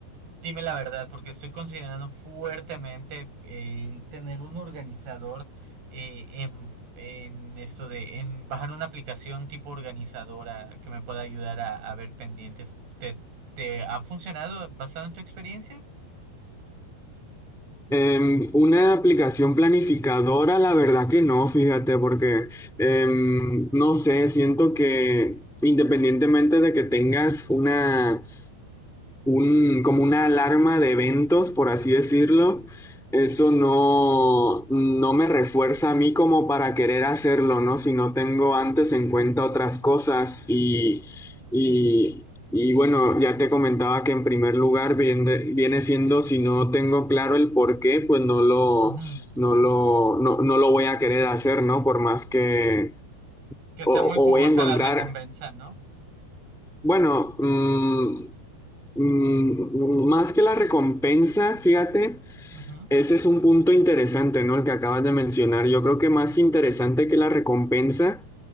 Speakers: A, on the right; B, in the centre.
A: dime la verdad, porque estoy considerando fuertemente eh, tener un organizador eh, en, en esto de, en bajar una aplicación tipo organizadora que me pueda ayudar a, a ver pendientes. ¿Te, te ha funcionado basado en tu experiencia?
B: Em, una aplicación planificadora, la verdad que no, fíjate, porque em, no sé, siento que independientemente de que tengas una un, como una alarma de eventos, por así decirlo, eso no, no me refuerza a mí como para querer hacerlo, ¿no? Si no tengo antes en cuenta otras cosas y, y, y bueno, ya te comentaba que en primer lugar viene, viene siendo si no tengo claro el por qué, pues no lo,
A: Ujú.
B: no lo, no, no lo voy a querer hacer, ¿no? Por más que,
A: Que
B: o,
A: sea muy jugosa
B: o voy a encontrar,
A: la recompensa, ¿no?
B: bueno, mm, Mm, Más que la recompensa, fíjate,
A: Ujú.
B: ese es un punto interesante, ¿no? El que acabas de mencionar. Yo creo que más interesante que la recompensa